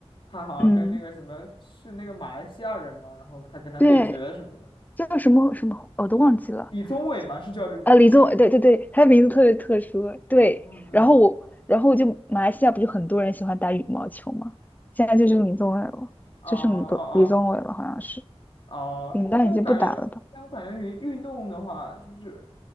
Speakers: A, on the left; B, on the left.
A: 他好像跟那个什么是那个马来西亚人嘛，
B: 嗯，
A: 然后他跟他对决什么的。
B: 对，叫什么什么我都忘记了。
A: 李宗伟嘛，是叫这个吗？
B: 啊，李宗伟，对对对，他的名字特别特殊，对。
A: 嗯嗯，
B: 然后我，然后我就马来西亚不就很多人喜欢打羽毛球吗？现在就是李宗伟了，
A: 哦哦
B: 就剩李宗李宗伟了，好像是。
A: 哦哦，
B: 林丹已经不打了吧？
A: 哎，我感觉，但我感觉运运动的话，就是